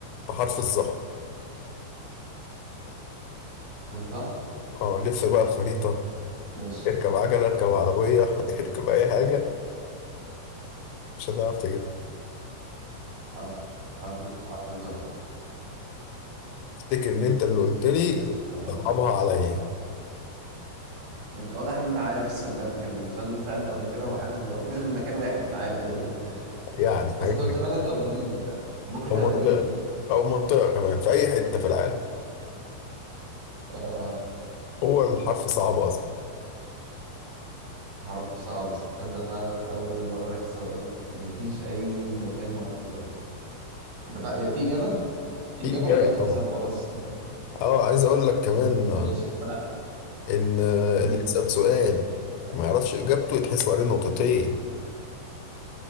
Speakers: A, on the left (about 80°); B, on the right (about 75°).
A: بحرف الظهر
B: الظه
A: أه لف بقى الخريطة
B: ماشي
A: اركب عجلة اركب عربية <laughs> اركب أي حاجة مش هتعرف تجيبها
B: حرف حرف حرف الظه
A: افتكر إن أنت اللي قلت لي
B: آه.
A: صعبها عليا
B: انت واضح ان انت عارف السؤال ده قبل كده السؤال اللي انت سالته قبل كده ومحدش بيعرف فيش غير مكان واحد في العالم غالبا
A: يعني حاجة
B: بس انت قلت بلد او مدينه فممكن تبقى
A: أو منطقة
B: مدينه
A: أو منطقة كمان في أي حتة في العالم
B: آه.
A: هو الحرف صعب أصلا
B: حرف صعب تصدق فعلا اول مره ركز مفيش اي مكان بحرف الظه انت بتاع... يعني في اجابه في
A: في
B: اجابه
A: إجابة
B: ولا انت تسال
A: طبعا
B: وخلاص
A: أه عايز أقول لك كمان
B: <laughs>
A: آه،
B: ماشي طب انا
A: إن آه،
B: امم
A: اللي يسأل سؤال وما يعرفش إجابته يتحسب عليه نقطتين